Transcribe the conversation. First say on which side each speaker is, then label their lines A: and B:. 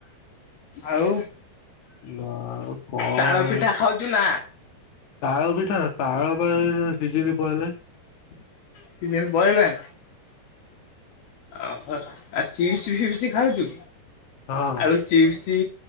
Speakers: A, on the left (about 65°); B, on the left (about 50°).
A: ଆଉ
B: ନା କଣ
A: ତାଳ ପିଠା ଖାଉଛୁ ନା?
B: ତାଳ ପିଠା ତାଳ ପା ସିଜିନ ପାଲେଇଲାନି।
A: ସିଯିନ ପଳେଇଲାଣି। ଓହୋ ଆଉ ଚିପ୍ସ ଫିପ୍ସ ଖାଉଛୁ
B: ହଁ
A: ଆଳୁ ଚିପ୍ସ